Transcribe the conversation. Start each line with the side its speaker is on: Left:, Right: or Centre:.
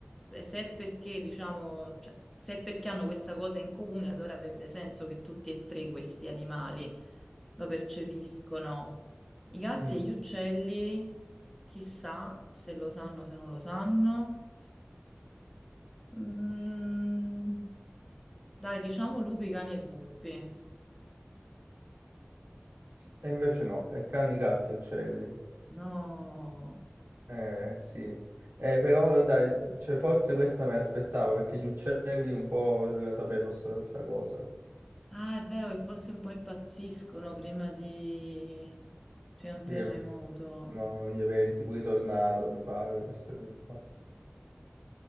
Centre: se è perché, diciamo, cioè, se è perché hanno questa cosa in comune, allora avrebbe senso che tutti e tre questi animali lo percepiscono. I gatti
Right: Mm,
Centre: e gli uccelli, chissà se lo sanno, se non lo sanno. Mm, dai, diciamo lupi, cani e volpi.
Right: E invece no, è cani, gatti e uccelli.
Centre: No.
Right: Eh sì, Eh, però dai, cioè, forse questa me l'aspettavo perché gli uccelli un po' la sapevo sta, sta cosa,
Centre: Ah, è vero che forse un po' impazziscono prima di... c'è un
Right: Dire,
Centre: terremoto.
Right: no, gli eventi, pure i tornado mi pare, queste cose qua.